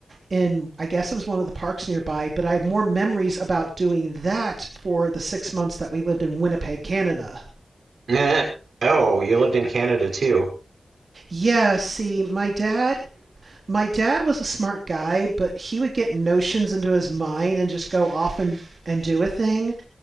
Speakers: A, on the right (about 60°); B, on the right (about 85°).
A: in I guess it was one of the parks nearby, but I have more memories about doing that for the six months that we lived in Winnipeg, Canada.
B: Eh, Oh, you lived in Canada too.
A: Yeah, see, my dad, my dad was a smart guy, but he would get notions into his mind and just go off and and do a thing.